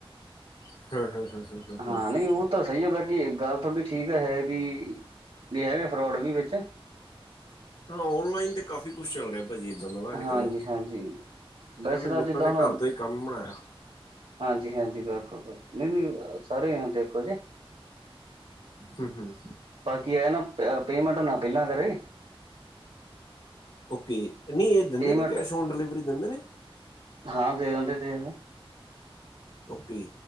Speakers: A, on the left; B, on the right.
A: ਹਂ-ਹਂ -ਹਂ -ਹ
B: ਹਾਂ
A: -ਹ
B: ਨਹੀਂ ਉਹ ਤਾਂ ਸਹੀ ਐ ਬਾਕੀ ਗੱਲ ਤੁਹਾਡੀ ਠੀਕ ਹੈ ਵੀ ਵੀ ਹੈਗੇ ਫਰੋਡ ਵੀ ਵਿੱਚ
A: ਔਨਲਾਈਨ ਤੇ ਕਾਫ਼ੀ ਕੁਛ ਚੱਲ ਰਿਆ ਭਾਜੀ ਇੱਦਾਂ ਦਾ ਨਾ ਅੱਜ
B: ਹਾਂਜੀ
A: ਕੱਲ੍ਹ
B: ਹਾਂਜੀ ਵੈਸੇ
A: ਐਵੇਂ ਲੋਕਾਂ
B: ਤਾਂ ਜਿੱਦਾਂ
A: ਨੇ
B: ਹੁਣ
A: ਘਰ ਤੋਂ ਹੀ ਕੰਮ ਬਣਾਇਆ
B: ਹਾਂਜੀ- ਹਾਂਜੀ, ਬਿਲਕੁਲ- ਬਿਲਕੁਲ ਨਈ ਨਈ ਸਾਰੇ ਨੀ ਹੁੰਦੇ ਇੱਕੋ ਜੇ
A: ਹੂੰ ਹੂੰ
B: ਬਾਕੀ ਐਂ ਨਾ ਅ ਪੇਮੈਂਟ ਨਾ ਪਹਿਲਾਂ ਕਰੇ
A: ਓਕੇ, ਨਹੀਂ ਇਹ ਦਿੰਦੇ
B: ਪੇਮੈਂਟ
A: ਨੇ ਕੈਸ਼ ਔਨ ਡਿਲੀਵਰੀ ਦਿੰਦੇ ਨੇ?
B: ਹਾਂ ਦੇ ਦੰਦੇ, ਦੇ ਦੰਦੇ।
A: ਓਕੇ